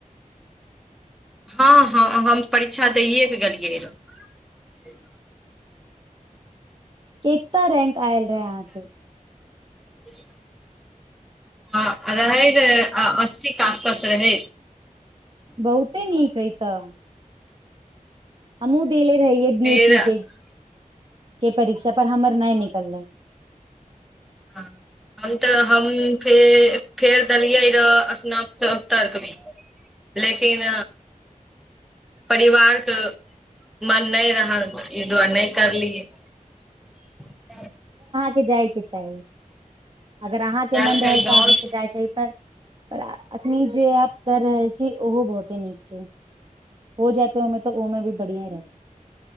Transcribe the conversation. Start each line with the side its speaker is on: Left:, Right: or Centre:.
Centre: हँ हँ हम परीक्षा दैए कऽ गेलियै रहऽ
Right: केत रैंक आयल रहेै अहाँके
Centre: से ह रहे रह अस्सीे आसपास रहै
Right: बहुते नीक अइ तऽ हमू देले रहियै
Centre: फेर
Right: बी एच यू
Centre: आ,
Right: के ई परीक्षा पर हमर नहि निकल लैय
Centre: ह हम तऽ हम फे फेर देलियै रह स्नत तर्क भी लेकिन परिवारके मन नहि रहल ई दुआरे नहि करलियै
Right: के जाइके चाही अगर अहाँके मन
Centre: आयल फेर
Right: रहल तऽ
Centre: गाँव
Right: अके
Centre: छै,
Right: जाइ पर पर अखनी जे आप कर रहल छी ओहो बहुते नीक छै हो जाते ओमे तऽ ओमे भी बढ़िया ही रहते